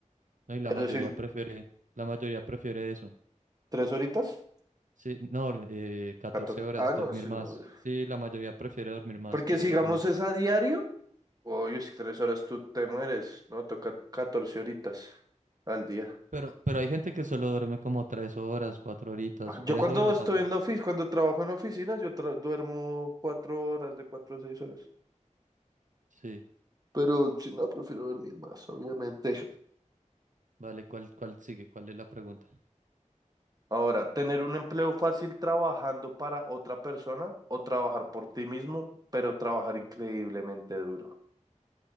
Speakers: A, on the right (about 80°); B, on the right (about 30°).
A: no, y la
B: Pero
A: mayoría
B: sin
A: prefiere, la mayoría prefiere eso.
B: tres horitas,
A: Sí, no, eh, catorce
B: 14.
A: horas,
B: Ah, no,
A: dormir
B: sí, obvio.
A: más. Sí, la mayoría prefiere dormir más
B: Porque
A: que
B: sigamos
A: dormir
B: es
A: menos.
B: a diario. Oye, si tres horas tú te mueres, ¿no? Toca 14 horitas al día.
A: Pero, pero hay gente que solo duerme como tres horas, cuatro horitas,
B: Ah, Yo
A: tres
B: cuando
A: horas
B: estoy
A: a veces.
B: en la oficina, cuando trabajo en oficinas, yo tra- duermo cuatro horas, de cuatro a seis horas.
A: Sí,
B: Pero si no, prefiero dormir más, obviamente.
A: vale, ¿cuál, cuál sigue? ¿Cuál es la pregunta?
B: Ahora, tener un empleo fácil trabajando para otra persona o trabajar por ti mismo, pero trabajar increíblemente duro.